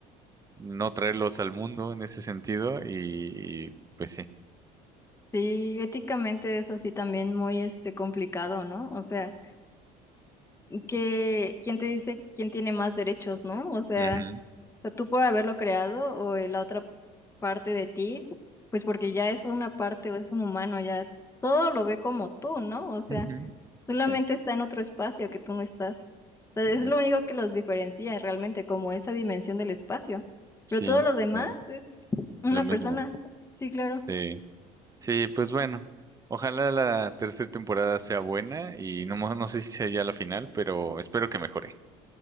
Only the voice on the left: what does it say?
Sí, éticamente es así también muy este complicado, ¿no? O sea, que quién te dice quién tiene más derechos, ¿no? O sea,
o sea, tú por haberlo creado o la otra parte de ti, pues porque ya es una parte o es un humano, ya todo lo ve como tú, ¿no? O sea,
solamente
está en otro espacio que tú no estás. O sea,
es lo único que los diferencia realmente, como esa dimensión del espacio.
Pero todo lo demás
es una
persona. Sí, claro.